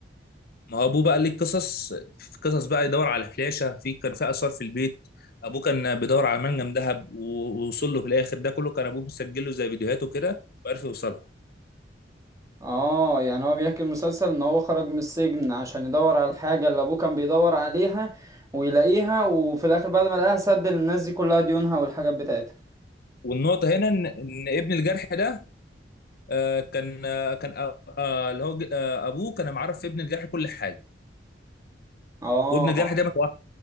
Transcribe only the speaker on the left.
ما هو ابوه بقى ليه قصص في قصص بقى يدور على فلاشه في كان في اثار في البيت ابوه كان بيدور على منجم ذهب و- ووصل له في الاخر ده كله كان ابوه مسجله زي فيديوهاته كده وعرف يوصلها
والنقطه هنا ان إن ابن الجرح ده آه، كان آه، كان آه، آه، اللي هو آه، ابوه كان معرف في ابن الجرح كل حاجه
وابن الجرح ده متوحد